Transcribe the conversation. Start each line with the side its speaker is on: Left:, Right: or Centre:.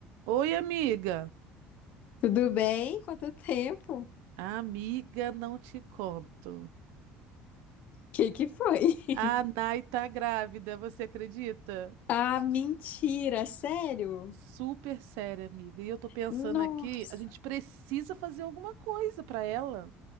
Right: Oi, amiga.
Left: Tudo bem? Quanto tempo?
Right: Amiga, não te conto.
Left: Que que foi? <laughs>
Right: A Nai tá grávida, você acredita?
Left: Ah, mentira, sério?
Right: Super séria, amiga. E eu tô pensando
Left: Nossa.
Right: aqui, a gente precisa fazer alguma coisa pra ela.